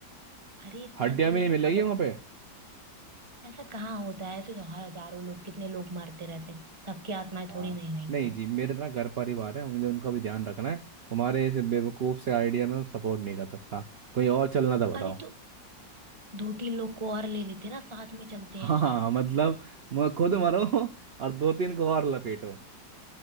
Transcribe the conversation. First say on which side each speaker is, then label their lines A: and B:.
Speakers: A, on the right (about 25°); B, on the right (about 65°).
A: अरे
B: हड्डियां
A: सच
B: भी
A: में
B: नहीं मिलेगी
A: मतलब
B: वहां पे
A: ऐसा कहाँ होता है ऐसे तो हजारों लोग कितने लोग मरते रहते हैं सबकी आत्माएं
B: हाँ
A: थोड़ी नहीं रहती
B: नहीं
A: हैं
B: जी मेरे ना घर परिवार है मुझे उनका भी ध्यान रखना है तुम्हारे इस बेवकूफ से आइडिया में सपोर्ट नहीं कर सकता कोई और चलना था बताओ
A: अरे तो दो तीन लोग को और ले लेते हैं ना साथ में चलते
B: <laughs> हाँ
A: हैं
B: मतलब म- खुद मरो <laughs> और दो तीन को और लपेटो